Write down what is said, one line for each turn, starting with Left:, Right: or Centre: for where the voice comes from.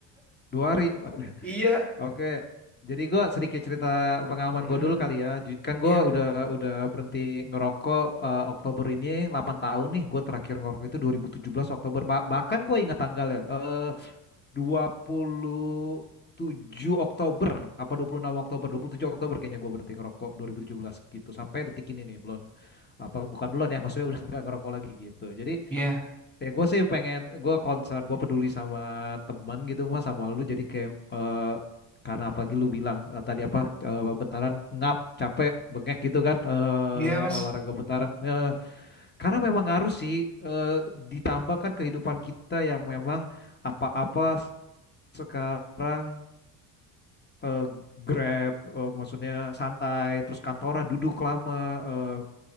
Left: dua hari <laughs>
Centre: Iya.
Left: oke jadi gue sedikit cerita pengalaman
Centre: <laughs>
Left: gue dulu kali ya Ju- kan gue
Centre: Iya.
Left: udah udah berhenti ngerokok eh, Oktober ini 8 tahun nih gue terakhir ngerokok itu 2017 Oktober Ba- bahkan gue ingat tanggalnya Eh, dua puluh tujuh Oktober apa dua puluh enam Oktober 27 Oktober kayaknya gue berhenti ngerokok 2017 gitu sampai detik ini nih belum apa bukan belum ya maksudnya udah nggak ngerokok lagi gitu jadi
Centre: Iya.
Left: ya gue sih pengen gue concern gue peduli sama teman gitu mas sama lu jadi kayak eh, karena apalagi lu bilang eh, tadi apa eh, bentaran ngap capek bengek gitu kan eh,
Centre: Iya, Mas.
Left: olahraga bentaran Eh, karena memang harus sih eh, ditambahkan kehidupan kita yang memang apa-apa sekarang eh, Grab eh, maksudnya santai terus kantoran duduk lama eh,